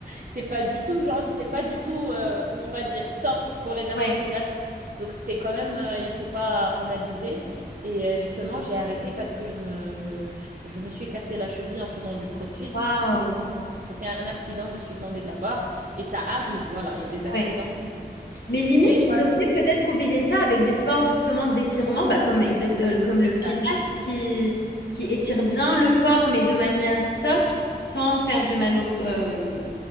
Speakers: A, on the right; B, on the left.
A: c'est pas du tout, genre, c'est pas du tout, euh, comment on va dire, soft pour les articulations.
B: Ouais.
A: Donc c'est quand même, euh, il faut pas en abuser. Et euh, justement, j'ai arrêté parce que je me, je, je me suis cassé la cheville en faisant du crossfit.
B: Waouh!
A: C'était c'était un accident, je suis tombée de la barre. Et ça arrive, voilà, il y a des accidents
B: Ouais.
A: terribles.
B: Mais limite,
A: Mais
B: tu devrais peut-être combiner ça avec des sports justement d'étirement, bah, comme exact heu, comme
A: oui,
B: le
A: exact,
B: pilates qui qui étire bien le corps, mais de manière soft, sans faire du mal au c hem